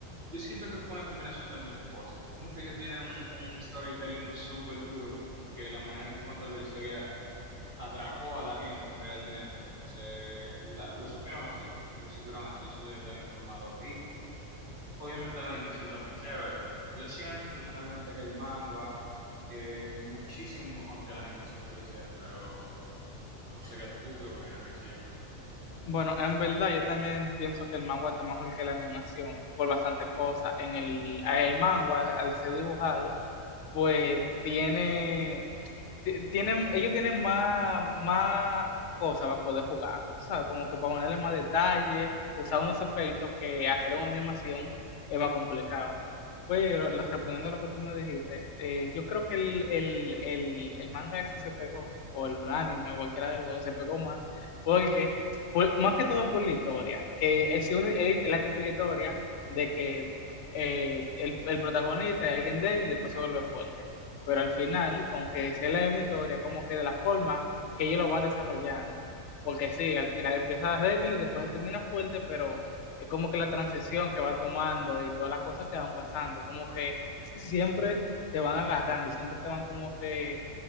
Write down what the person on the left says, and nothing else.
Bueno, en verdad yo también pienso que el manga está mejor que la animación por bastantes cosas. En el, a el manga, al ser dibujado, pues tiene, ti- tienen, ellos tienen más, más cosas para poder jugar, ¿sabes? Como que para ponerle más detalle, usar unos efectos que hacerle una animación es más complicado. Pero lo- respondiendo a lo que tú me dijiste, eh, yo creo que el, el, el, el manga ese se pegó, o el anime, o cualquiera de los dos, se pegó más porque por- más que todo por la historia, que es, si uno- es la típica historia de que eh, el, el protagonista es alguien débil y después se vuelve fuerte. Pero al final, aunque sea la misma historia, como que de la forma que ellos lo van desarrollando. Porque sí, al final empieza débil y después termina fuerte, pero es como que la transición que va tomando y todas las cosas que van pasando, como que siempre te van agarrando y siempre te van como que